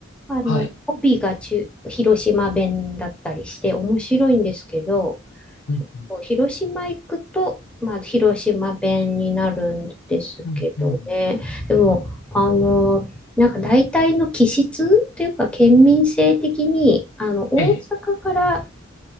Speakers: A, in the centre; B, on the left.
A: あの、
B: はい。
A: 帯が中広島弁だったりして面白いんですけど、
B: うん、うん、
A: 広島行くと、まあ、広島弁になるんですけどね。
B: うん、うん。
A: でも、あの、なんか大体の気質っていうか、県民性的に、あの、大阪から、
B: ええ、